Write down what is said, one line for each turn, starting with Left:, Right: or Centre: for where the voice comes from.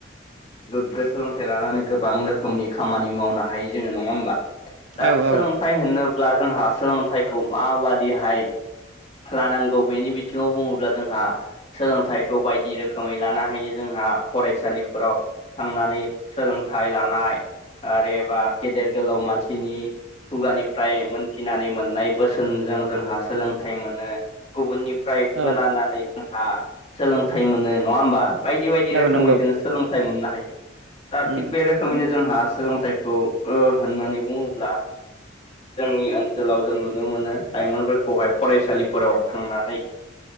Left: गोग्गो सोलोंथाइ लानानै गोबां रोखोमनि खामानि मावनो हायो जोङो नङा होमबा? दा
Right: औ
Left: सोलोंथाइ
Right: औ
Left: होनोब्ला जोंहा सोलोंथाइखौ माबादिहाय लानांगौ बेनि बिथिङाव बुङोब्ला जोंहा सोलोंथाइखौ बायदि रोखोमै लानो हायो जों जोंहा फरायसालिफोराव थांनानै सोलोंथाइ लानाय आरोबा गेदेर गोलाव मानसिनि खुगानिफ्राय मोनथिनानै मोननाय बोसोनजों जोंहा सोलोंथाइ मोनो गुबुननि।
Right: औ
Left: खोनानानै जोंहा सोलोंथाइ मोनो नङा होमबा बायदि बायदि रोखोमै
Right: औ नंगौ
Left: जों सोलों मोननो हायो दा थि
Right: उम
Left: बे रोखोमैनो जोंहा सोलोंथाइखौ होननानै बुङोब्ला। जोंनि ओनसोलाव जों नुनो मोनो लाइमोनफोरखौहाय फरायसालिफोराव थांनानै।